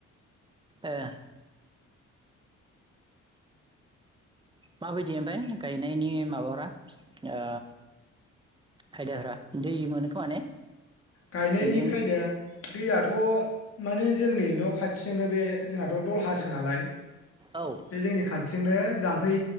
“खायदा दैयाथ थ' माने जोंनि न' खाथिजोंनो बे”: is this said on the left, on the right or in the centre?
Left